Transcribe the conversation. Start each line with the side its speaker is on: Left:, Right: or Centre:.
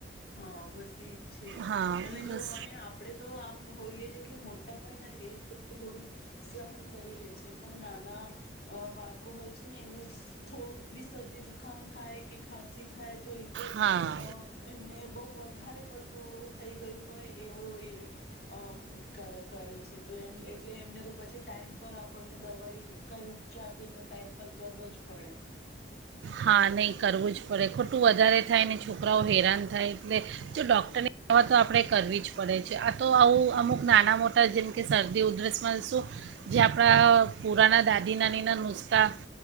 Left: હા બસ ઈ જ છે
Right: હા
Left: અને જો
Right: બસ
Left: અને આપડે તો આમ હોઈએ જ કે મોટા હોય ને એ લોકો થોડું સહન કરી લે છે પણ નાના અ બાળકો હોય છે ને એમનું થોડું બી શરદી જુખામ થાય કે ખાસી થાય તો એ તો
Right: હા
Left: અ ને બહુ વધારે પડતું થઈ ગયું હોય એવું એ અ કરે છે તો એ એટલે એમને તો પછી ટાઈમ પર આપણને દવાઈ કાંઈ ઉપચાર તો એમનો ટાઈમ કર કરવો જ પડે.
Right: હા નહીં કરવું જ પડે. ખોટું વધારે થાયને છોકરાઓ હેરાન થાય એટલે જો ડૉક્ટરની દવા તો આપણે કરવી જ પડે છે. આ તો આવું અમુક નાના મોટા જેમ કે શરદી ઉધરસમાં શું જે આપણા પુરાના દાદી નાનીના નુસ્તા